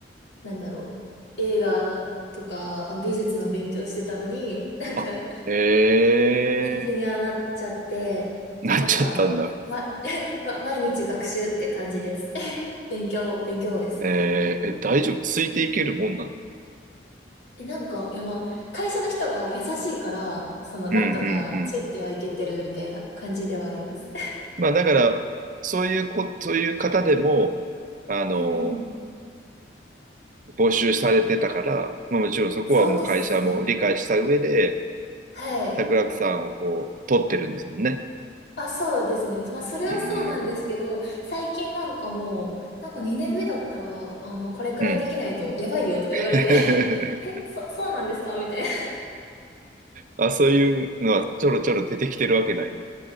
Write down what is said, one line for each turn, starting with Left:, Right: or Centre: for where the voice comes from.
Left: なんだろう、映画とかあ美術の勉強してたのに、<laughs> なんか、
Right: あ、へえ、
Left: エンジニアになっちゃって、
Right: なっちゃったんだ。
Left: そう、だから、ま、<laughs> ま、毎日学習って感じです。<laughs> 勉強、勉強です。
Right: えーえ、大丈夫ついていけるもんなの
Left: え、なんか、いや、まあ、会社の人が優しいから、その、なんとかついてはいけてるみたいな感じではあります。
Right: うんうんうん。まあ、だから、そういうこ、そういう方でも、
Left: <laughs>
Right: あの、
Left: うんうん。
Right: 募集されてたから、まあ、もちろんそこはもう会社も理解した上で、
Left: そうですね。はい。
Right: 桜木さんをこう、取ってるんですもんね。
Left: あ、そうですね。まあ、それはそうなんですけど、
Right: うーん。
Left: 最近なんかもう、なんか2年目だったら、あの、これくらいできないとやばいよとか言われて
Right: うん。<laughs>
Left: <laughs> え、そ、そうなんですかみたいな。
Right: あ、そういうのはちょろちょろ出てきてるわけない。